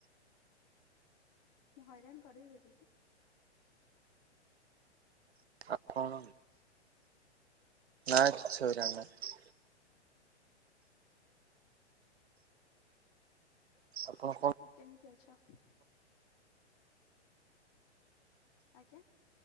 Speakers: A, on the left; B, on the right.
A: ମୁଁ ହଇରାଣ କରିଦେଲି କି।
B: ଆଉ
A: ହ
B: କଣ ନା କିଛି ହଇରାଣ ନାଇଁ। ଆପଣ କଣ
A: ଆଉ କେମିତି ଅଛ? ଆଜ୍ଞା।